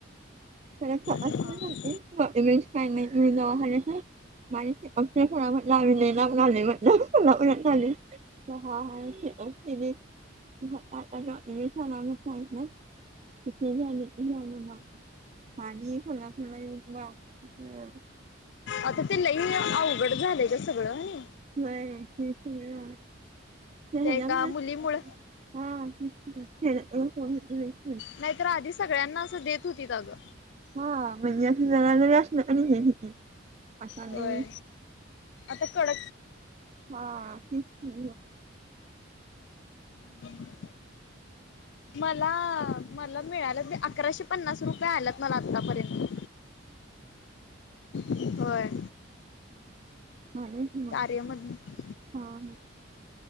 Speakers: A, on the right (about 35°); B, on the left (about 60°).
A: <unintelligible>
B: सगळं
A: <unintelligible> <unintelligible> <unintelligible> पाणी खुला खुला येऊला तिथं.
B: आता ते लई अवघड झालंयच सगळं आणि
A: <unintelligible> ते हेजा
B: त्या एका
A: मुळे
B: मुलीमुळ
A: हा. <unintelligible>
B: नाहीतर आधी सगळ्यांना असं देत होती जागा.
A: हा <unintelligible> दोन
B: होय आता कड
A: <unintelligible>
B: <inaudible> मला मला मिळालं अकराशे पन्नास रुपये आल्यात मला आतापर्यंत. होय.
A: आलाय की मगं
B: कार्य मधन
A: हा ना.